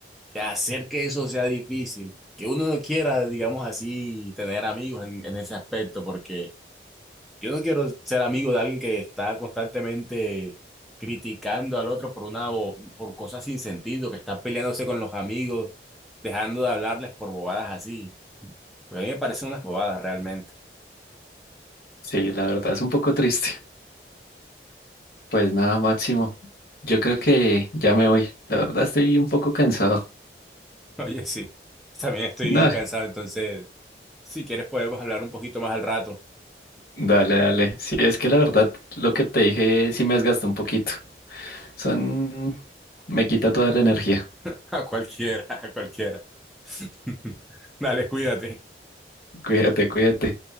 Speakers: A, in the centre; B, on the left (about 55°).
A: que hacer que eso sea difícil, que uno no quiera, digamos así, tener amigos en, en ese aspecto, porque Yo no quiero ser amigo de alguien que está constantemente criticando al otro por una bo- por cosas sin sentido, que está peleándose con los amigos, dejando de hablarles por bobadas así. Porque a mí me parecen unas bobadas realmente.
B: Sí, la verdad es un poco triste. Pues nada, Máximo. Yo creo que ya me voy. La verdad estoy un poco cansado.
A: <laughs> Oye, sí. También estoy
B: No,
A: cansado, entonces, si quieres podemos hablar un poquito más al rato.
B: dale, dale. Sí, es que la verdad lo que te dije sí me desgastó un poquito. Son... Me quita toda la energía.
A: <laughs> a cualquiera, a cualquiera. <laughs> Dale, cuídate.
B: Cuídate, cuídate.